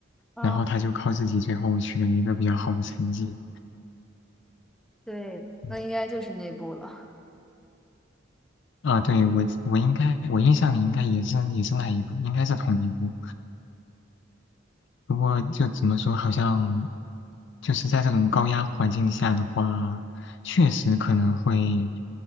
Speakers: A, in the centre; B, on the left.
A: 啊，
B: 然后他就靠自己最后取得了一个比较好的成绩。
A: 对，
B: 嗯
A: 那应该就是那部了。
B: 啊，对，我我应该我印象里应该也是也是那一部，应该是同一部。不过就怎么说，好像就是在这种高压环境下的话，确实可能会，